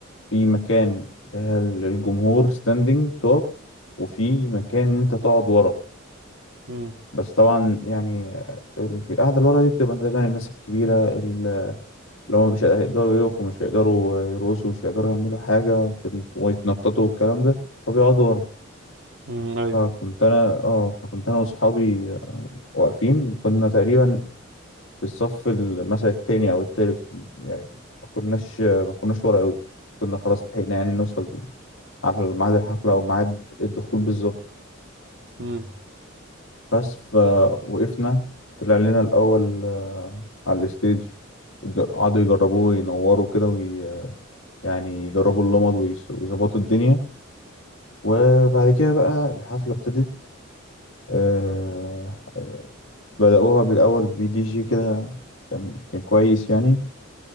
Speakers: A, on the left; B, on the right.
A: في مكان للجمهور ستاندنج تقف وفي مكان ان انت تقعد ورا
B: مم.
A: بس طبعا يعني القعدة اللي ورا دي بتبقى دايما الناس الكبيرة اللي هم مش هيقدروا يقفوا مش هيقدروا يرقصوا مش هيقدروا يعملوا حاجة في ال- ويتنططوا والكلام ده فبيقعدوا ورا
B: مم. ايوه
A: فكنت انا اه فكنت انا واصحابي واقفين كنا تقريبا في الصف ال- مثلا التاني او التالت يعني ما كناش ما كناش ورا قوي كنا خلاص لحقنا يعني نوصل على ميعاد الحفلة او ميعاد الدخول بالظبط
B: مم.
A: بس فوقفنا طلع لنا الاول آه، على الستيج ج- قعدوا يجربوه ينوروا كده وي... يعني يجربوا اللمض ويس- ويظبطوا الدنيا وبعد كده بقى الحفلة ابتدت آه... آه، بدأوها بالأول بدي جي كده كان كان كويس يعني